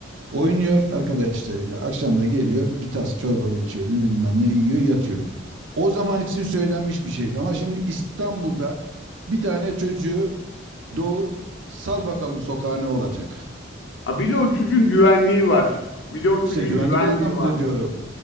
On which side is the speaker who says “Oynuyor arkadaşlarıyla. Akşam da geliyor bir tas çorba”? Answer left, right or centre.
Right